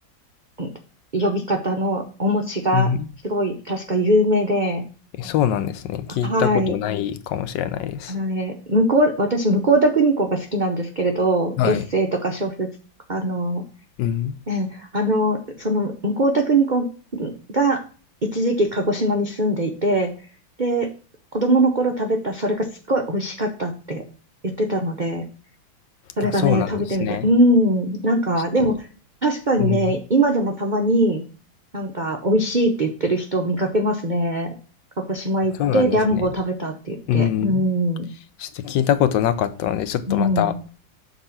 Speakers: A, on the right; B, on the left.
A: うん呼び方のお餅がすごい確か有名で、
B: うん。え、そうなんですね。聞いたことないかもしれないです。
A: はい。あのね、向こう、私、向田邦子が好きなんですけれど、
B: はい。
A: エッセイとか小説、あの、
B: うん。
A: ええ、あの、その、向田邦子が一時期鹿児島に住んでいて、で、子供の頃食べた、それがすっごい美味しかったって言ってたので、それがね、
B: あ、そうなんですね。
A: 食べてみて、うん、なんか、
B: ちょっと、
A: でも、確かにね、
B: うん。
A: 今でもたまに、なんか、美味しいって言ってる人を見かけますね。鹿児島行って、
B: そうなんですね。
A: リャンボを食べたって言って、
B: うん。
A: うん、
B: ちょっと聞いたことなかったので、ちょっとまた
A: うん、うん、